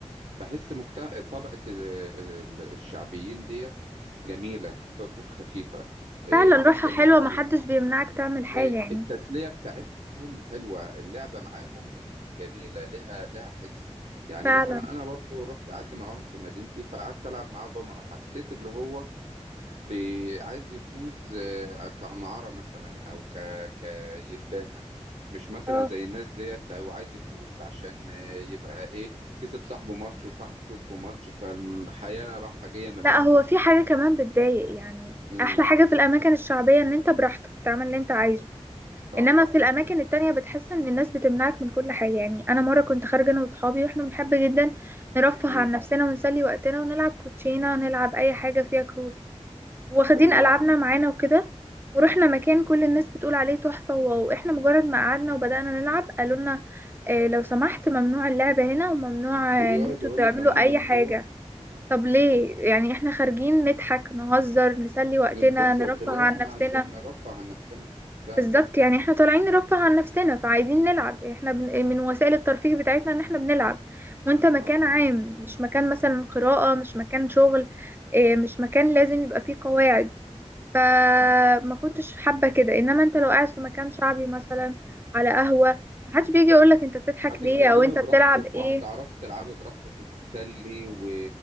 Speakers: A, on the right; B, on the right.
A: بحس مجتمع طبقة ال- ال- الشعبيين ديت جميلة الروح خفيفة آه،
B: فعلا
A: الضحكة
B: روحها حلوة
A: من القلب
B: محدش بيمنعك تعمل حاجة
A: آه،
B: يعني
A: التسلية بتاعتهم حلوة اللعبة معاهم جميلة لها لها حس يعني
B: فعلا
A: مثلا أنا برضو رحت قعدت مع واحد في مدينتي فقعدت ألعب معاه دومنة حسيت اللي هو بي- عايز يفوز آه، كعمارة مثلا أو ك... كيتباهى مش مثلا
B: اه
A: زي الناس ديت أو عايز يفوز عشان آه، يبقى إيه كسب صاحبه ماتش وصاحبه كسبه ماتش فالحياة رايحة جاية ما
B: لا
A: بينهم
B: هو في حاجة كمان بتضايق يعني
A: امم
B: أحلى حاجة في الأماكن الشعبية إن أنت براحتك تعمل اللي أنت عايزه
A: صح
B: انما في الاماكن التانية بتحس ان الناس بتمنعك من كل حاجة يعني انا مرة كنت خارجة انا واصحابي واحنا بنحب جدا نرفه
A: امم
B: عن نفسنا ونسلي وقتنا ونلعب كوتشينة نلعب اي حاجة فيها كروت واخدين
A: تمام
B: العابنا معانا وكده ورحنا مكان كل الناس بتقول عليه تحفة واو احنا مجرد ما قعدنا وبدأنا نلعب قالوا لنا اه لو سمحت ممنوع اللعب هنا وممنوع آه،
A: ويقعد
B: ان انتوا
A: يقول
B: تعملوا
A: لك ممنوع
B: اي
A: الصوت
B: حاجة
A: امم
B: طب ليه
A: فاهم
B: يعني احنا خارجين نضحك نهزر نسلي وقتنا
A: نتبسط
B: نرفه
A: اللي
B: عن
A: هو إحنا
B: نفسنا
A: عشان نرفع عن نفسنا فعلا
B: بالظبط يعني احنا طالعين نرفه عن نفسنا فعايزين نلعب احنا بن... من وسائل الترفيه بتاعتنا ان احنا بنلعب وانت مكان
A: صح
B: عام مش مكان مثلا قراءة مش مكان شغل اه، مش مكان لازم يبقى فيه قواعد فما كنتش حابة كده انما انت لو قاعد في مكان شعبي مثلا على قهوة محدش بيجي يقولك انت بتضحك
A: هتتكلمي
B: ليه او انت
A: براحتك
B: بتلعب ايه
A: وهتعرفي تلعبي براحتك وتتسلي و...